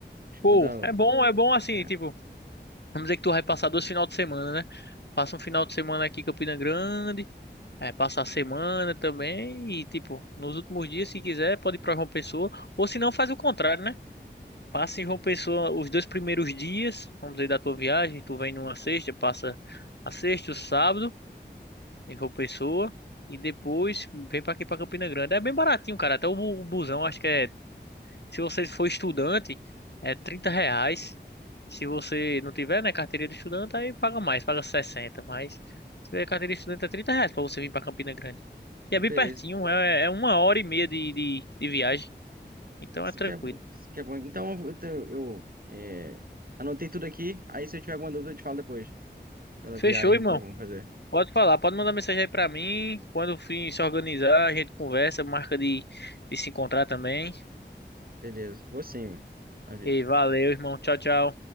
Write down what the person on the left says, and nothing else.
Pô,
é bom, é bom assim,
tipo. Vamos dizer que tu vai passar dois final de semana, né? Passa um final de semana aqui em Campina Grande, é, passa a semana também e, tipo, nos últimos dias, se quiser, pode ir pra João Pessoa. Ou se não, faz o contrário, né? Passa em João Pessoa os dois primeiros dias, vamos dizer, da tua viagem. Tu vem numa sexta, passa a sexta, o sábado em João Pessoa e depois vem pra aqui pra Campina Grande. É bem baratinho, cara. Até o bu- o busão, acho que é se você for estudante, é 30 reais. Se você não tiver, né, carteira de estudante, aí paga mais, paga sessenta Mas se tiver carteira de estudante, é 30 reais pra você vir pra Campina Grande.
E é bem
pertinho, é, é uma hora e meia de, de, de viagem. Então
é tranquilo.
Fechou,
irmão.
Pode falar, pode mandar mensagem aí pra mim. Quando o fim se organizar, a gente conversa, marca de, de se encontrar também.
E valeu, irmão. Tchau, tchau.